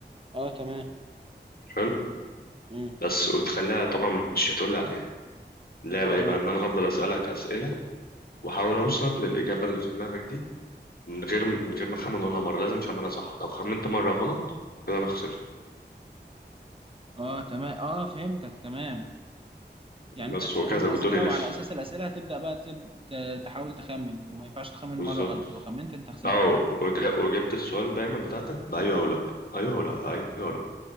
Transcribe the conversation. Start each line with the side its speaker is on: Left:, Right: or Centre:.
Right: اه تمام
Left: حلو
Right: امم
Left: بس وتخليها طبعا مش هتقولي عليها اللعبة
Right: تمام
Left: ايه بقى ان انا هفضل اسألك اسئلة واحاول اوصل للاجابة اللي في دماغك دي من غير من غير ما اخمن ولا مرة لازم تخمنها صح لو خمنت مرة غلط كده انا خسرت
Right: اه تمام اه فهمتك تمام يعني
Left: بس
Right: انت هتسألني
Left: وكذا
Right: الأسئلة
Left: والدور يلف
Right: وعلى اساس الأسئلة هتبدأ بقى تب... ت- تحاول تخمن وما ينفعش تخمن
Left: بالظبط
Right: مرة غلط لو خمنت انت خسرت
Left: اه
Right: خلاص
Left: وج- وجبت السؤال دايما بتاعتك بأيوه او لا ايوه او لا ايوه او لا